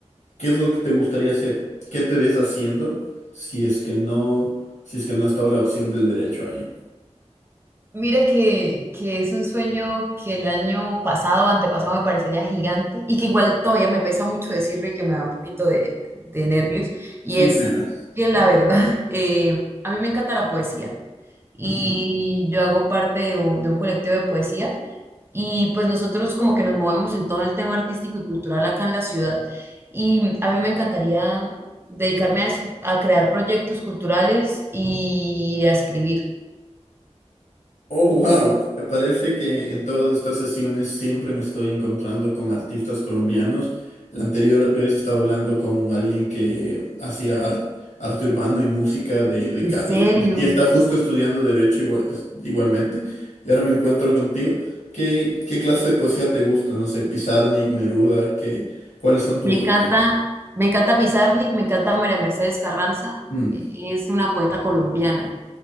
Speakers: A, on the left (about 80°); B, on the right (about 20°).
A: ¿qué es lo que te gustaría hacer? ¿Qué te ves haciendo si es que no, si es que no está la opción del derecho ahí?
B: Mira que, que es un sueño que el año pasado o antepasado me parecería gigante y que igual todavía me pesa mucho decirlo y que me da un poquito de, de nervios. Y
A: Sin
B: es
A: pena.
B: que la verdad, <laughs> eh, a mí me encanta la poesía y
A: Ujú.
B: yo hago parte de un de un colectivo de poesía. Y pues nosotros como que nos movemos en todo el tema artístico y cultural acá en la ciudad. Y a mí me encantaría dedicarme a eso, a crear proyectos culturales y a escribir.
A: Oh, wow. Parece que en todas estas sesiones siempre me estoy encontrando con artistas colombianos. La anterior vez estaba hablando con alguien que hacía ar- arte urbano y música de, de
B: ¿En
A: Cali
B: serio?
A: y, y está justo estudiando derecho igual- es- igualmente. Y ahora me encuentro contigo. ¿Qué, qué clase de poesía te gusta? No sé, Pizarnik, Neruda, ¿qué, cuáles son tus
B: Me
A: referentes?
B: encanta, me encanta Pizarnik, me encanta María Mercedes Carranza,
A: Mm,
B: es una poeta colombiana.